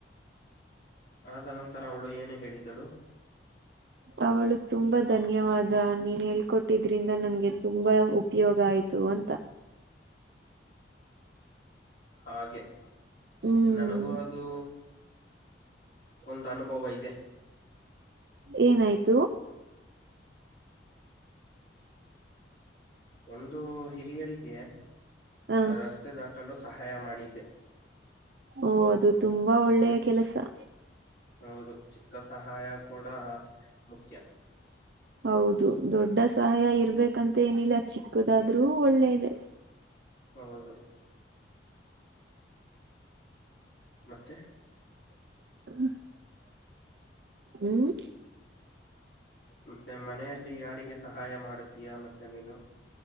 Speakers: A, on the left; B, on the right.
A: ಆದ ನಂತರ ಅವಳು ಏನು ಹೇಳಿದಳು
B: ಅವಳು ತುಂಬಾ ಧನ್ಯವಾದ ನೀನ್ ಹೇಳ್ಕೊಟ್ಟಿದ್ರಿಂದ ನನ್ಗೆ ತುಂಬಾ ಉಪಯೋಗ ಆ ಆಯ್ತು ಅಂತ
A: ಹಾಗೆ
B: ಹ್ಮ್
A: ನನಗೂ ಅದು ಒಂದು ಅನುಭವ ಇದೆ
B: ಏನಾಯ್ತು
A: ಒಂದು ಹಿರಿಯರಿಗೆ
B: ಹ
A: ರಸ್ತೆ ದಾಟಲು ಸಹಾಯ ಮಾಡಿದೆ
B: ಓ ಅದು ತುಂಬಾ ಒಳ್ಳೆಯ ಕೆಲಸ
A: ಹೌದು ಚಿಕ್ಕ ಸಹಾಯ ಕೂಡ ಮುಖ್ಯ
B: ಹೌದು ದೊಡ್ಡ ಸಹಾಯ ಇರ್ಬೇಕಂತ ಏನಿಲ್ಲ ಚಿಕ್ಕದಾದ್ರೂ ಒಳ್ಳೇದೆ
A: ಹೌದು ಮತ್ತೆ
B: ಹ ಹ್ಮ್
A: ಮತ್ತೆ ಮನೆಯಲ್ಲಿ ಯಾರಿಗೆ ಸಹಾಯ ಮಾಡತೀಯಾ ಮತ್ತೆ ನೀನು